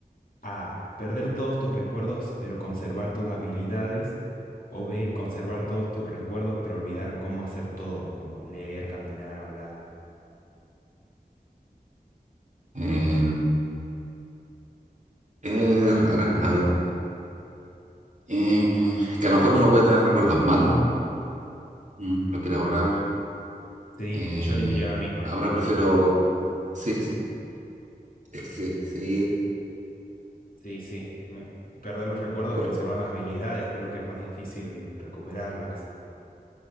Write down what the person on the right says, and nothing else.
Eh, es rara, a ver. eh, que a lo mejor uno puede tener recuerdos malos, mm, lo quiere borrar.
eh,
ahora prefiero. Sí, sí, sí. Es que sí,
por-